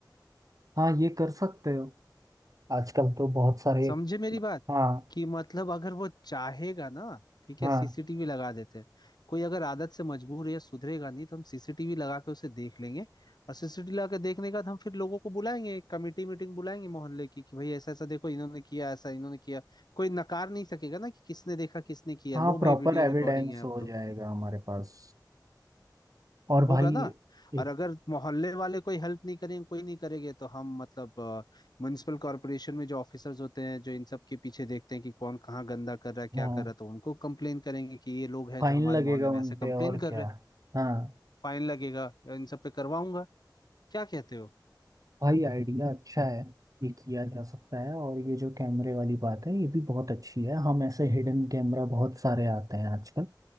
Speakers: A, on the right; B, on the left.
A: हाँ ये कर सकते हो आजकल तो बहुत सारे
B: समझे मेरी बात
A: हाँ
B: कि मतलब अगर वो चाहेगा ना ठीक
A: हाँ
B: है सीसीटीवी लगा देते हैं कोई अगर आदत से मजबूर है सुधरेगा नहीं तो हम सीसीटीवी लगा के उसे देख लेंगे और सीसीटीवी लगा के देखने के बाद हम फिर लोगों को बुलाएंगे एक कमेटी मीटिंग बुलाएंगे मोहल्ले की कि भाई ऐसा ऐसा देखो इन्होंने किया ऐसा इन्होंने किया कोई नकार नहीं सकेगा ना कि किसने देखा किसने किया
A: हाँ
B: लो
A: प्रॉपर
B: भाई वीडियो
A: एविडेंस
B: रिकॉर्डिंग है अब
A: हो
B: तो
A: जाएगा हमारे पास और
B: होगा
A: भाई
B: ना
A: एक
B: और अगर मोहल्ले वाले कोई हेल्प नहीं करेंगे कोई नहीं करेंगे तो हम मतलब म्युनिसिपल कॉरपोरेशन में जो ऑफिसर्स होते हैं जो इन सब के पीछे देखते हैं कि कौन कहाँ गंदा कर रहा है क्या
A: हाँ
B: कर रहा है तो उनको कंप्लेन करेंगे कि ये लोग हैं
A: फाइन
B: जो हमारे
A: लगेगा
B: मोहल्ले में
A: उन
B: ऐसे कंप्लेन
A: पे और
B: कर
A: क्या
B: रहे हैं
A: हाँ
B: फाइन लगेगा इन सब पे करवाऊंगा क्या कहते हो
A: भाई आइडिया अच्छा है ये किया जा सकता है और ये जो कैमरे वाली बात है ये भी बहुत अच्छी है हम ऐसे हिडन कैमरा बहुत सारे आते हैं आजकल